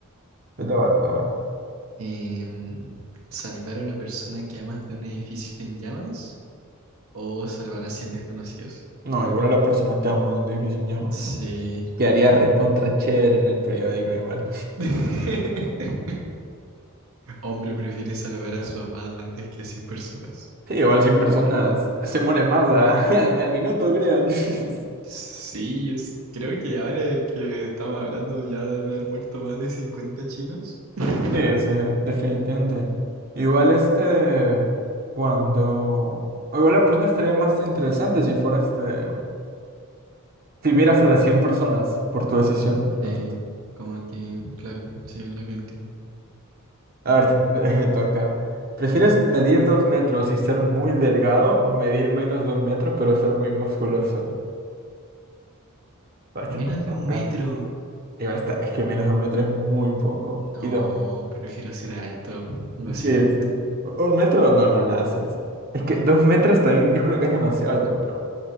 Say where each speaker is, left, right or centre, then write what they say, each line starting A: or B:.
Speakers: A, on the right (about 45°); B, on the right (about 75°).
A: Te toca, te toca.
B: Em, salvar a una persona que amas de un edificio en llamas O salvar a 100 desconocidos.
A: No, igual a la persona que amo en un edificio en llamas.
B: Sí.
A: Quedaría recontra chévere en el periódico igual.
B: <laughs> Hombre prefiere salvar a su amada antes que a 100 personas.
A: Sí, igual 100 personas se mueren más a- <laughs> al, al minuto, creo. <laughs>
B: Sí, es- creo que ahora que estamos hablando ya de haber muerto más de 50 chinos. <laughs>
A: Sí, sí, definitivamente. Igual este, cuando... o Igual la pregunta estaría más interesante si fuera este... Si vieras a las 100 personas por tu decisión.
B: Sí,
A: Entonces,
B: como que, claro, sí, es lo que entiendo.
A: a ver, te- <laughs> me, me toca. ¿Prefieres medir dos metros y ser muy delgado o medir menos de un metro pero ser muy musculoso? Ah, esta
B: Menos
A: está tronca.
B: de un metro.
A: Igual está, es que menos de un metro es muy poco.
B: No,
A: Y dos,
B: prefiero ser alto, lo siento.
A: sí, sí. Un metro no, no la haces. Es que dos metros también, yo creo que es demasiado alto, pero